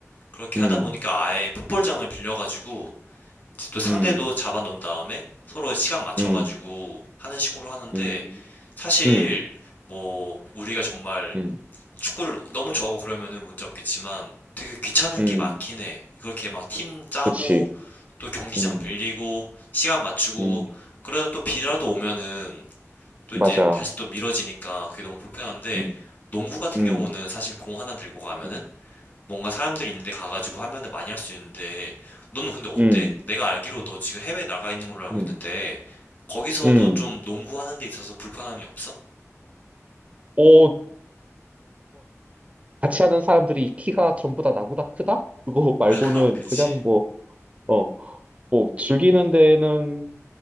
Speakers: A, on the left; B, on the right.
A: 그렇게
B: 음,
A: 하다 보니까 아예 풋볼장을 빌려가지고 이제 또 상대도
B: 음,
A: 잡아 놓은 다음에 서로 시간 맞춰가지고
B: 음,
A: 하는 식으로 하는데
B: 음,
A: 사실
B: 음,
A: 뭐 우리가 정말
B: 음,
A: 축구를 너무 좋아하고 그러면은 문제 없겠지만 되게 귀찮은
B: 음,
A: 게 많긴 해. 그렇게 막 팀 짜고
B: 그치.
A: 또 경기장
B: 음,
A: 빌리고 시간 맞추고
B: 음,
A: 그러다 또 비라도 오면은 또
B: 맞아.
A: 이제 다시 또 미뤄지니까 그게 너무 불편한데
B: 음,
A: 농구 같은
B: 음,
A: 경우는 사실 공 하나 들고 가면은
B: 음.
A: 뭔가 사람들 있는데 가가지고 하면은 많이 할 수 있는데 너는 근데 어때?
B: 음.
A: 내가 알기로 너 지금 해외 나가 있는 걸로 알고
B: 음,
A: 있는데 거기서도
B: 음.
A: 좀 농구하는 데 있어서 불편함이 없어?
B: 어, 같이 하는 사람들이 키가 전부 다 나보다 크다? 그거
A: <laughs>
B: <laughs> 말고는
A: 나, 그치.
B: 그냥 뭐, 어, 뭐, 즐기는 데에는